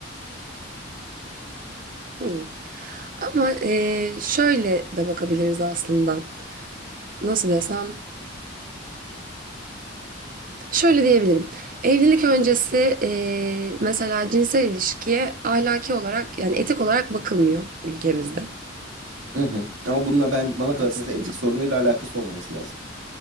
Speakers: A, on the right (about 45°); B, on the right (about 80°).
A: Hmm. Ama ee, şöyle de bakabiliriz aslında. Nasıl desem? Şöyle diyebilirim. Evlilik öncesi eee, mesela cinsel ilişkiye ahlaki olarak yani etik olarak bakılmıyor ülkemizde
B: Hı hı. Ama bununla ben bana kalırsa
A: aslında.
B: mesela etik sorunuyla alakası olmaması lazım.